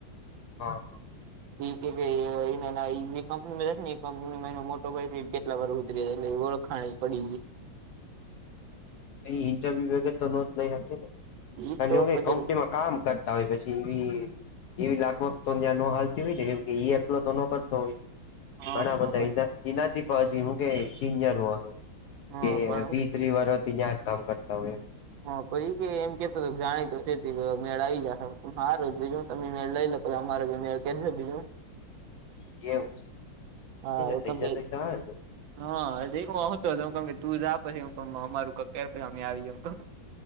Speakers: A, on the left (about 75°); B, on the right (about 75°).
A: હા.
B: ઈ કે છે એ જે કંપનીમાં છે એ કંપનીમાં એનો મોટો ભાઈ છે કેટલા વર્ષ હુધી રેય એટલે ઓળખાણ પડી.
A: હા ઈ ઇન્ટરવ્યુ વગર તો નો જ લઈ હકે ને
B: ઈ
A: ત્યાં
B: તો
A: નો
B: પછી
A: કંપનીમાં કામ કરતા હોય પછી ઈ એવી લાગવગ તો ત્યાં નો હાલતી હોય ને કેમ ઈ એપલો તો ન કરતા હોય.
B: હા
A: ઘણા બધા
B: ભાઈ
A: એનાથી પિજા નું હું કે સિનિયર
B: હા
A: કે
B: પણ
A: ત્રીવરસ થી તયાં જ કામ કરતા હોય.
B: હા પછી કે એમ કેતો જાણીતો છે મેળ આવી જાહે હારુ જેહું તમે મેળ લઈ લો. પણ અમારે ગમો કેમ છે બીજું?
A: એવું છે.
B: હા
A: એને
B: હુકમ
A: થઈ જતો
B: દે.
A: હોય તો હાલે
B: હા એવું આવતો છું હું કેમ કે તું જા પછી અમે અમારું કકર પછી અમે આવી જશું.